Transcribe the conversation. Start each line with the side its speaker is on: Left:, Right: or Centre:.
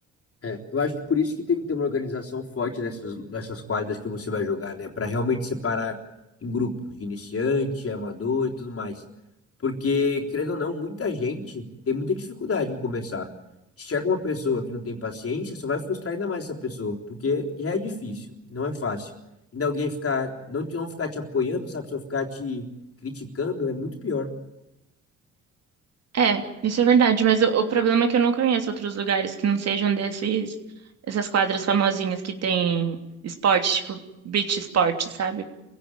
Left: É, eu acho que por isso que tem que ter uma organização forte dessas, dessas quadras que você vai jogar, né? Para realmente separar em grupos de iniciante, amador e tudo mais. Porque, querendo ou não, muita gente tem muita dificuldade em começar. Se chega uma pessoa que não tem paciência, só vai frustrar ainda mais essa pessoa, porque já é difícil, não é fácil. Ainda alguém ficar, não, te- não ficar te apoiando, sabe? Só ficar te criticando é muito pior.
Right: É, isso é verdade, mas o, o problema é que eu não conheço outros lugares que não sejam desses, essas quadras famosinhas que tem esporte, tipo beach esporte, sabe?